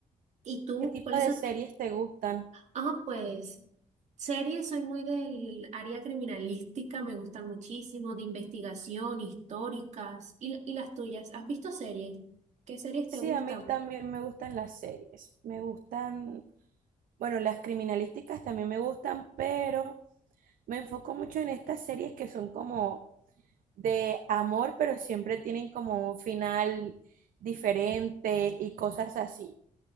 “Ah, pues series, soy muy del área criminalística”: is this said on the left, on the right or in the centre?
Right